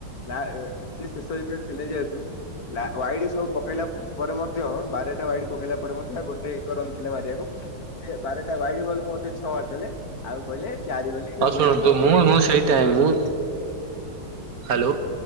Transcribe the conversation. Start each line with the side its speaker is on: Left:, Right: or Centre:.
Left: ତା ଏ ସେ ଶେଷ ଉଇକେଟ ଥିଲେ ଯହେତୁ ଲା ୱାଇଡି ସବୁ ପକେଇଲା ପରେ ମଧ୍ୟ ବାରେଟା ୱାଇଡି ପକେଇଲା ପରେ ମଧ୍ୟ ଆଉ ଗୋଟେ ଏକ ରନ୍ ଥିଲା ମାରିବାକୁ। ସିଏ ବାରେଟା ୱାଇଡି ବଲ୍ କୁ ମତେ ଛଅ ମାରିଦେଲେ ଆଉ କହିଲେ ଚାରି ବୋଲି। ଗୁଙ୍ଗୁଳେଇକି
Right: ହଁ ଶୁଣନ୍ତୁ ମୁଁ ମୁଁ ସେଇଟା ହିଁ ମୁଁ ହ୍ୟାଲୋ।